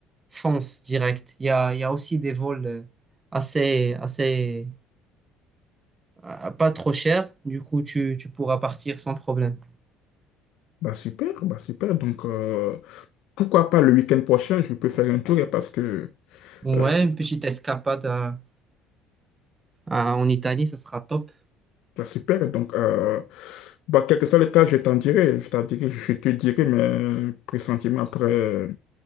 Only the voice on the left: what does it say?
Bah super, bah super. Donc euh, pourquoi pas le week-end prochain, je peux faire un tour hein, parce que
euh,
bah super. Donc euh, bah quel que soit le cas, je t'en dirai, je t'en dirai, je te dirai mes pressentiments après